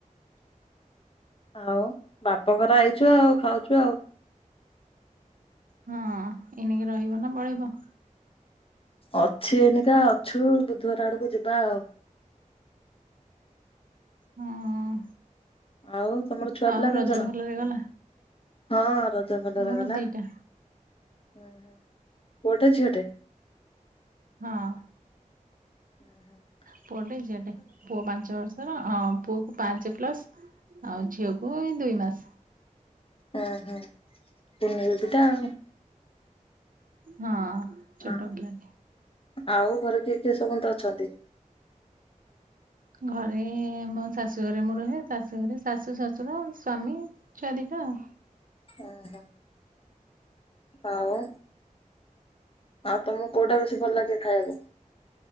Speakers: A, on the left; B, on the right.
A: ଆଉ ବାପଘର ଆଇଚୁ ଆଉ ଖାଉଚୁ।
B: ହଁ ଏନିକି ରହିବ ନା ପଳେଇବ?
A: ଅଛି ଏନକା ଅଛୁ ବୁଧବାର ଆଡକୁ ଯିବା ଆଉ।
B: ହଁ
A: ଆଉ ତମର ଛୁଆ ପିଲା
B: ଆଉ
A: କେତେ
B: ରଜ
A: ଜଣ?
B: ଭଲରେ ଗଲା?
A: ହଁ ରଜ ଭଲ
B: ଆମର
A: ରେ ଗଲା।
B: ଦିଟା
A: ହୁଁ ପୁଅଟେ ଝିଅଟେ?
B: ହଁ।
A: ହୁଁ ହୁଁ।
B: ପୁଅ ଟେ ଝିଅଟେ ପୁଅ ପାଞ୍ଚ ବର୍ଷର ହଁ ପୁଅ କୁ ପାଞ୍ଚ ପ୍ଲସ୍। ଆଉ ଝିଅକୁ ଏଇ ଦୁଇ ମାସ।
A: ହଁ ହ କୁନି ବେବିଟା ଆଉ।
B: ହଁ
A: ହଁ
B: ଛୋଟ ପିଲା ଟେ।
A: ଆଉ ଘରେ କିଏ କିଏ ସମସ୍ତେ ଅଛନ୍ତି?
B: ଘରେ ମୋ ଶାଶୁ ଘରେ ମୁଁ ରୁହେ ଶାଶୁ ଘରେ ଶାଶୁ ଶଶୁର ସ୍ଵାମୀ? ଛୁଆ ଦିଟା ଆଉ।
A: ଓ ହ ଆଉ ଆଉ ତମକୁ କୋଉଟା ବେଶୀ ଭଲ ଲାଗେ ଖାଇବାକୁ?